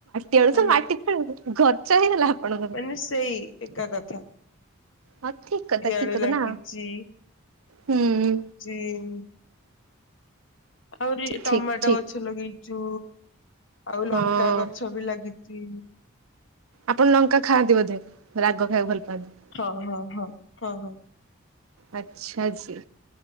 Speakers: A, on the right; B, on the left.
A: କେଳୁ
B: ମାନେ
A: ତ ମାଟି ତଳେ ଗଛ ହେଇଗଲା ଆପଣଙ୍କର।
B: ମାନେ ସେଇ ଏକା କଥା।
A: ହଁ ଠିକ୍ କଥା
B: ଆଳୁ
A: ଠିକ୍ କଥା
B: ଲାଗିଛି
A: ନା ହୁଁ।
B: ଜେଏମ୍। ଆହୁରି
A: ଠିକ
B: ଟମାଟୋ
A: ଠିକ
B: ଗଛ ଲଗେଇଛୁ ଆଉ
A: ହଁ
B: ଲଙ୍କା ଗଛ ବି ଲାଗି ତିଇନି।
A: ଆପଣ ଲଙ୍କା ଖାଆନ୍ତି ବୋଧେ ରାଗ ଖାଇବାକୁ ଭଲ ପାଆନ୍ତି।
B: ହଁ ହଁ ହଁ ହଁ ହଁ।
A: ଆଚ୍ଛା ଜି